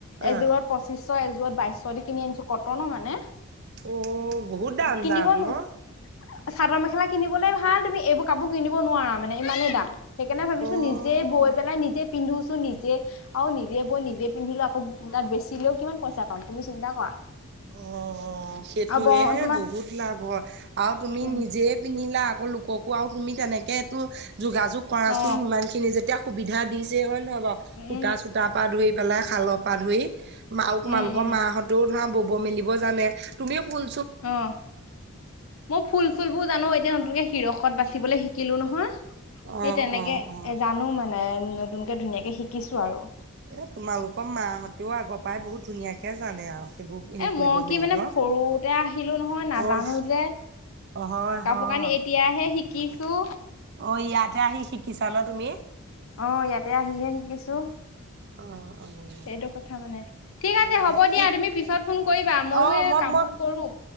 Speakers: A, on the right; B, on the left.
A: অ',
B: এযোৰত পঁচিছশ এযোৰত বাইশ দি কিনি আনিছোঁ কটনৰ মানে।
A: অ', বহুত দাম
B: কনিব
A: দাম ন'?
B: নো চাদৰ মেখেলা কিনিবলৈ ভাল তুমি এইবোৰ কাপোৰ কিনিব নোৱাৰা মানে ইমানেই দাম, সেইকাৰণে ভাবিছো
A: অ'।
B: নিজে এই বৈ পেলাই নিজে পিন্ধোছো নিজে আৰু নিজে বৈ নিজে পিন্ধিলোঁ আকৌ তাত বেচিলেও কিমান পইচা পাম। তুমি চিন্তা কৰা
A: অ', অ', সেইটোয়ে
B: আৰু ব তোমাৰ
A: বহুত লাভ হয় আৰু তুমি
B: উম
A: নিজে পিন্ধিলা আকৌ লোককো আৰু তুমি তেনেকে এইটো যোগাযোগ কৰাচোন
B: অ
A: ইমান খিনি যেতিয়া সুবিধা দিছে হয় নহয় বাৰু
B: উম
A: সূতা চূতাৰ পৰা ধৰি পেলাই শালৰ পৰা ধৰি আৰু তোমালোকৰ
B: উম উম
A: মা হঁতেও ধৰা বব মেলিব জানে তুমিও ভুল
B: অ', মই ফুল ফুল বোৰ জানো এতিয়া নতুনকে চিৰষত বাচিবলৈ শিকিলোঁ নহয়,
A: অ',
B: এই তেনেকে
A: অ', অ',
B: জানো মানে। নাই নতুনকে ধুনীয়াকে শিকিছো আৰু।
A: এ তোমালোকৰ মাহঁতেও আগৰ পৰাই বহুত ধুনীয়াকে জানে আৰু। সেইবোৰ হেৰি
B: এ
A: কৰিব
B: মই
A: মেলিব
B: কি মানে সৰুতে আহিলোঁ নহয় নাজানো
A: অ',
B: যে।
A: হয় হয়
B: কাপোৰ কানি এতিয়াহে শিকিছো
A: অ' ইয়াতহে আহি শিকিছা ন তুমি?
B: অ', ইয়াতে আহিহে শিকিছো।
A: অ', অ',
B: সেইটো কথা মানে ঠিক
A: অ',
B: আছে হ'ব দিয়া
A: ঠিক
B: তুমি পিছত ফোন কৰিবা মইও
A: অ',
B: এই
A: মই
B: কাম
A: মই
B: বোৰ কৰো।